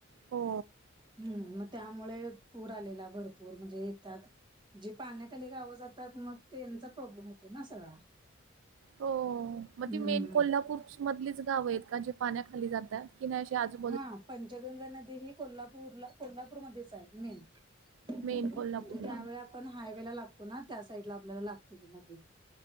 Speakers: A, on the right; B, on the right.
A: हो.
B: हम्म, मग त्यामुळे पूर आलेला भरपूर म्हणजे त्यात जी पाण्याखाली गावं जातात मग तेंचा प्रॉब्लेम होतो ना सगळा
A: हो.. मग
B: हम्म
A: ती मेन कोल्हापूर मधलीच गाव आहेत का, जी पाण्याखाली जातात की नाही अशी अजून
B: हं पंचगंगा नदी हे कोल्हापूरला कोल्हापूर मध्येच आहे मेन म्हणजे
A: मेन कोल्हापूरला.
B: त्या वेळात आपण हायवे लागतो ना त्या साईडला आपल्याला लागते ती नदी